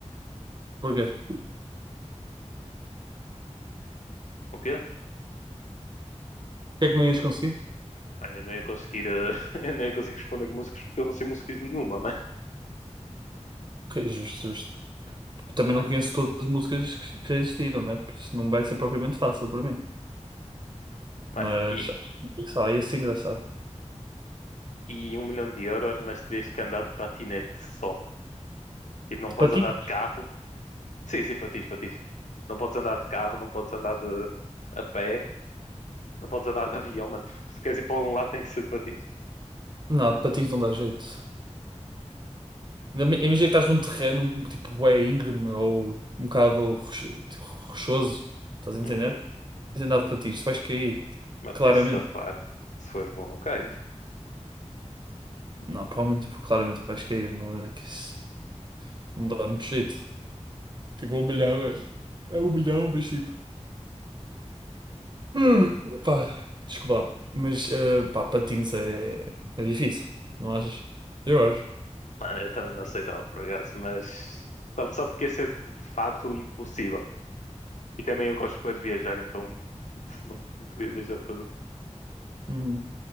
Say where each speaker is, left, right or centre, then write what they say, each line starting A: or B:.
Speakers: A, on the right; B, on the left.
A: Porquê? O
B: O quê?
A: é que não ias conseguir?
B: Mano, eu não ia conseguir, eh, <laughs> eu não ia conseguir responder com músicas porque eu não sei músicas nenhuma, mano.
A: Ok, justo, justo. Eu também
B: Mano,
A: não conheço todas as músicas que que já existiram, né? Por isso não vai ser propriamente fácil para mim.
B: mano,
A: Mas
B: e,
A: acho que, sei lá, ia ser engraçado.
B: e um milhão de euros, mas terias que andar de patinete só. Tipo, não
A: De
B: podes
A: patins?
B: andar de carro. Sim, sim, patins, patins. Não podes andar de carro, não podes andar de a pé, não podes andar de avião, mano. Se queres ir para algum lado, tem que ser de patins.
A: Não, de patins não dá jeito. Ainda me- Imagina que estás num terreno tipo bué íngreme ou um bocado rocho- tipo, rochoso, estás a entender?
B: Uhum.
A: Tens andado para ti, isto vais cair,
B: Mas
A: claramente.
B: tens de safar. Se fores bom, não cais.
A: Não, provavelmente, porque claramente vais cair, não é que isso não dá muito jeito. Tipo, é um milhão, é. É um milhão, mas tipo. Hum, Pá, desculpa lá. Mas, eh, pá, patins é, é difícil, não achas? Eu acho.
B: Mano, eu também não aceitava por acaso, mas só, só porque isso é de fato impossível. E também eu gosto bem de viajar, então <laughs> não, não podia viajar tudo
A: Uhum.